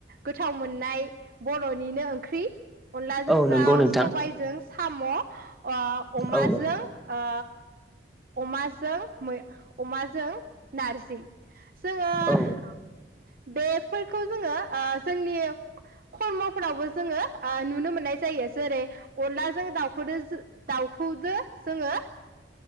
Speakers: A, on the right; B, in the centre.
A: गोथाव मोननाय बर'निनो ओंख्रि अनलाजों
B: औ नंगौ
A: दाव
B: नोंथां
A: सबायजों साम ओ अमा
B: औ
A: जों ओ अमाजो मै अमाजों नारजि जोंङो
B: औ
A: ओ बे फोरखौ जोंङो ओ जोंनि खर्म फोरावबो जोंङो नुनो मोननाय जायो। जेरै अनलाजों दावखौदो दाउखौदो जोंङो